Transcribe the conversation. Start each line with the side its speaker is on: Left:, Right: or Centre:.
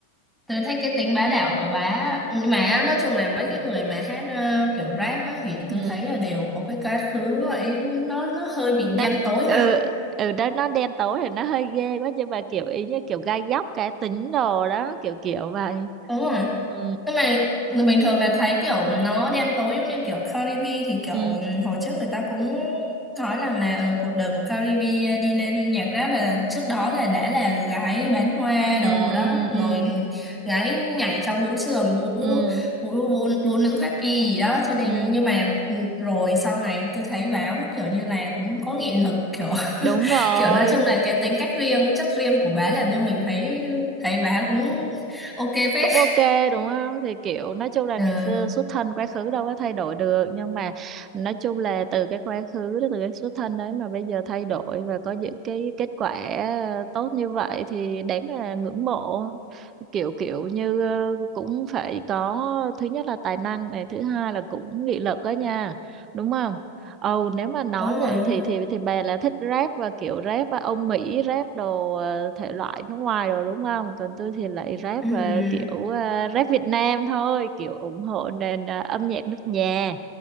Centre: tôi thích cái tính bá đạo của bà á. nhưng mà nói chung là mấy cái người mà hát ờ, kiểu rap á, thì tôi
Right: ừ
Centre: thấy là đều có cái quá khứ nó ấy nó nó hơi bị đen
Right: nó
Centre: tối
Right: ừ,
Centre: ha
Right: ừ đó nó đen tối thì nó hơi ghê quá nhưng mà kiểu ý như kiểu gai góc cá tính đồ đó kiểu kiểu vậy
Centre: đúng rồi
Right: ừ
Centre: Nhưng mà ừ, bình thường là thấy kiểu nó đen tối giống như kiểu Caribe thì kiểu
Right: ừ
Centre: hồi trước người ta cũng nói rằng là ừ, cuộc đời của Caribe đi lên nhạc rap là trước đó là đã là gái bán hoa đồ
Right: ừ
Centre: đó
Right: ừ
Centre: rồi
Right: ừ
Centre: gái nhảy trong vũ trường vũ
Right: ừ, ừ.
Centre: vũ vũ, vũ nữ khoác y gì đó cho nên
Right: ừ,
Centre: nhưng mà ừ, rồi sau này tôi thấy báo kiểu như là cũng có nghị lực kiểu
Right: đúng rồi
Centre: <laughs> kiểu nói chung là cái tính cách riêng chất riêng của bá làm cho mình thấy thấy bá cũng ok phết
Right: cũng ok đúng không thì kiểu nói chung là
Centre: Ừ.
Right: ngày xưa xuất thân quá khứ đâu có thay đổi được nhưng mà nói chung là từ cái quá khứ đó từ cái xuất thân đấy mà bây giờ thay đổi và có những cái kết quả ờ, tốt như vậy thì đáng là ngưỡng mộ kiểu kiểu như ờ, cũng phải có thứ nhất là tài năng này thứ hai là cũng nghị lực đó nha đúng không Ồ, nếu mà nói
Centre: đúng rồi
Right: vậy
Centre: đúng
Right: thì
Centre: rồi
Right: thì thì bà là thích rap và kiểu rap và ông Mỹ rap đồ ờ, thể loại nước ngoài rồi đúng không? Còn tôi thì lại rap
Centre: Ừm.
Right: và kiểu ờ, rap Việt Nam thôi, kiểu ủng hộ nền ờ, âm nhạc nước nhà.